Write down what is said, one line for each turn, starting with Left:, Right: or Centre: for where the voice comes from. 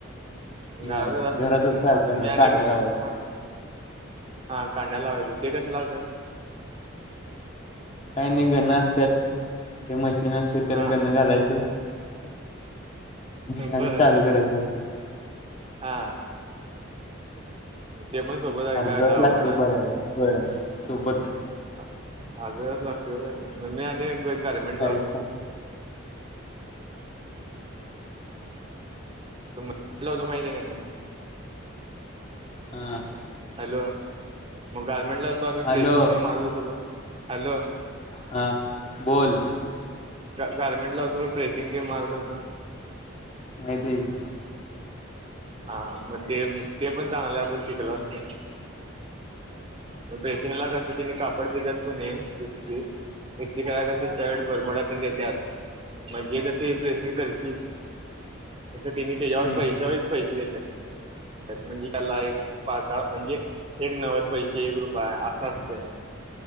Right: घरातच
Left: नाही
Right: असतोय
Left: घरातच कारखाना
Right: आता मी आणि
Left: कांड्या लावायच
Right: हा हा कांड्या लावुया की. ते कसं लावतात?
Left: काही नाही गण असतेत. ते मशीन असते त्यात
Right: हा
Left: गणं घालायचं. नाही
Right: बर
Left: आणि चालू करायची मशीन.
Right: हा. ते पण सोपच हाय
Left: अर्धा
Right: काय
Left: तास
Right: अवगड
Left: लागते
Right: हाय?
Left: भरायला होय सोपच आहे
Right: हा अर्धा तास लागतोय होय म्हणजे आम्ही एक गारमेंट
Left: काहीच
Right: ला
Left: काम
Right: तुम्हाला <inaudible> माहीत हाय काय नाही?
Left: हा.
Right: हॅलो मग गारमेंटलाआलतो आम्ही
Left: हॅलो
Right: प्रेसिंग ते मारत होतो बघ हॅलो
Left: हा बोल
Right: गारमेंटला होतो बघ प्रेसिंग तेन मारत होतो.
Left: माहितीय कि
Right: हा मग ते ते पण चांगलं आपण शिकलो असतो. मग प्रेसिंगला करतेत कापड देतेत का नाही? एक एक वेळा काय ग शर्ट बरमुडातेन देतात म्हणजे कसे प्रेसिंग करतील. तिने त्याच्यावर
Left: हम्म
Right: पैशांवर पैसे देतात म्हणजे त्याला एक पाच दहा म्हणजे एक नव्वद पैसे एक रुपाया असं असतय.